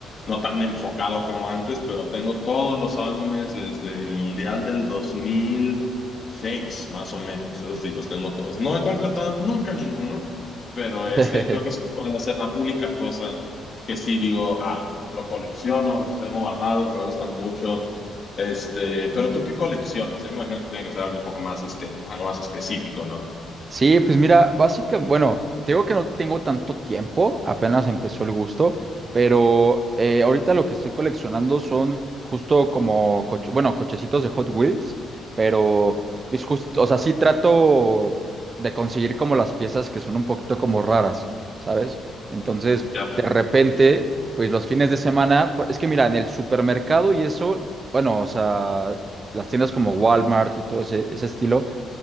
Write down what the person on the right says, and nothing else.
<laughs>
Sí, pues mira, básicamente, bueno, te digo que no tengo tanto tiempo, apenas empezó el gusto, pero eh, ahorita lo que estoy coleccionando son justo como, coche- bueno, cochecitos de Hot Wheels, pero pues justo, o sea, sí trato de conseguir como las piezas que son un poquito como raras, ¿sabes? Entonces,
de repente, pues los fines de semana, por- es que mira, en el supermercado y eso, bueno, o sea, las tiendas como Walmart y todo ese ese estilo.